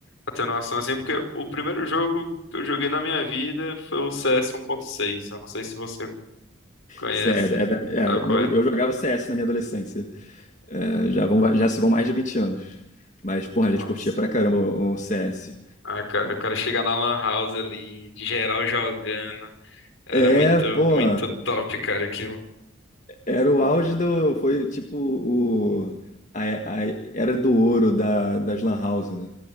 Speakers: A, on the left; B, on the left.
A: atenuação assim, porque o primeiro jogo que eu joguei na minha vida foi o CS 1.6. Eu não sei se você conhece,
B: Cê- É, é da- é,
A: sabe qual
B: eu,
A: é?
B: eu jogava CS na minha adolescência. É, já vão, já se vão mais de 20 anos. Mas, porra, a gente
A: Nossa.
B: curtia pra caramba o, o CS.
A: Ah, cara, o cara chegar na Lan House ali, de geral jogando. Era
B: É,
A: muito,
B: pô.
A: muito top, cara, aquilo.
B: Era o auge do. Foi tipo o. A, a era do ouro da, das Lan House, né?